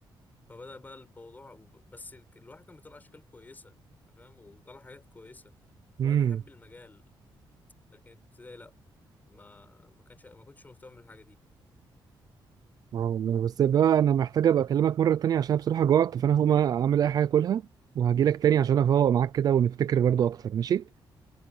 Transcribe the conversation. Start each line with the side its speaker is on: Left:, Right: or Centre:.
Left: فبدأ بقى الموضوع وب- بس ال- الواحد كان بيطلع اشكال كويسة أنا فاهم وطلع حاجات كويسة وبقيت
Right: امم
Left: احب المجال لكن ابتدائي لا ما ما كانش ما كنتش مهتم بالحاجة دي
Right: اه والله بس بقى انا محتاج ابقى اكلمك مره تانية عشان بصراحه جوعت فانا هقوم اعمل اي حاجه اكلها وهجيلك تاني عشان افوق معاك كده ونفتكر برضو اكتر ماشي